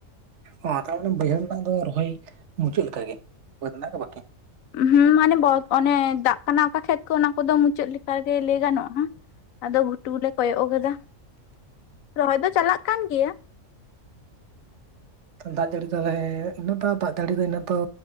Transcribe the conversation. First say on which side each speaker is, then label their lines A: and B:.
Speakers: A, on the right (about 65°); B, on the left (about 80°).
A: ᱚ ᱛᱟᱦᱞᱮ ᱵᱟᱹᱭᱦᱟᱹᱲ ᱨᱮᱱᱟᱜ ᱫᱚ ᱨᱚᱦᱚᱭ ᱢᱩᱪᱟᱹᱫ ᱞᱮᱠᱟ ᱜᱮ ᱵᱟᱹᱫᱽ ᱨᱮᱱᱟᱜ ᱜᱮ ᱵᱟᱠᱤ?
B: ᱦᱮᱸ ᱢᱟᱱᱮ ᱚᱱᱮ ᱫᱟᱜ ᱠᱟᱱᱟ ᱚᱠᱟ ᱠᱷᱮᱛ ᱠᱚ ᱚᱱᱟ ᱠᱚᱫᱚ ᱢᱩᱪᱟᱹᱫ ᱞᱮᱠᱟ ᱜᱮ ᱞᱟᱹᱭ ᱜᱟᱱᱚᱜᱼᱟ ᱾ ᱟᱫᱚ ᱜᱷᱩᱴᱩ ᱞᱮ ᱠᱚᱭᱚᱜ ᱟᱠᱟᱫᱟ, ᱨᱚᱦᱚᱭ ᱫᱚ ᱪᱟᱞᱟᱜ ᱠᱟᱱ ᱜᱮᱭᱟ ᱾
A: ᱚ ᱫᱟᱜ ᱡᱟᱹᱲᱤ ᱛᱟᱦᱚᱞᱮ ᱤᱱᱟᱹᱜ ᱫᱚ ᱫᱟᱜ ᱡᱟᱹᱲᱤ ᱫᱚ ᱤᱱᱟᱹᱜ ᱫᱚᱼᱼ